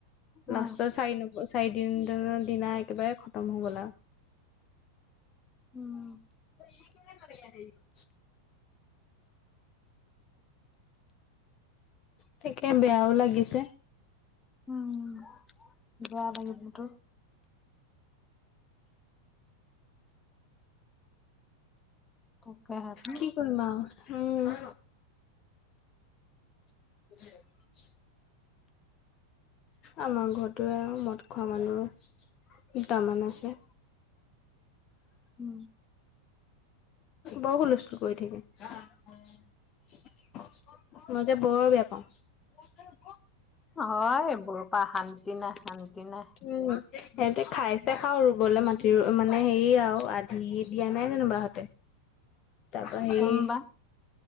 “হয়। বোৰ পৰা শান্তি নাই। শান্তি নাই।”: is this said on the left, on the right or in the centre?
Left